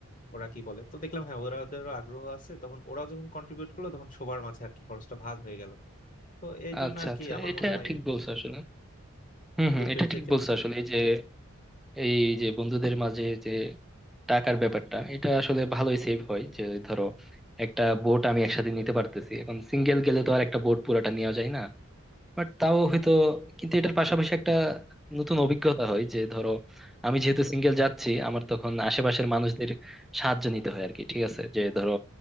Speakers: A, on the left; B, in the centre.
A: ওরা কি বলে তো দেখলাম হ্যাঁ ওরা ওদেরও আগ্রহ আছে তখন ওরাও যখন কন্ট্রিবিউট করলো তখন সবার মাঝে আর কি খরচটা ভাগ হয়ে গেল তো এই জন্য
B: আচ্ছা
A: আর
B: আচ্ছা
A: কি আমার
B: এটা
A: মনে হয়
B: ঠিক বলছো আসলে হুম
A: গ্রুপের
B: হুম এটা
A: চাইতে
B: ঠিক বলছো আসলে এই যে এই যে বন্ধুদের মাঝে যে টাকার ব্যাপারটা এটা আসলে ভালোই সেভ হয় যে ধরো একটা বোট আমি একসাথে নিতে পারতেছি এখন সিঙ্গেল গেলে তো আর একটা বোট পুরাটা নেওয়া যায় না বাট তাও হয়তো কিন্তু এটার পাশাপাশি একটা নতুন অভিজ্ঞতা হয় যে ধরো আমি যেহেতু সিঙ্গেল যাচ্ছি আমার তখন আশেপাশের মানুষদের সাহায্য নিতে হয় আর কি ঠিক আছে যে ধরো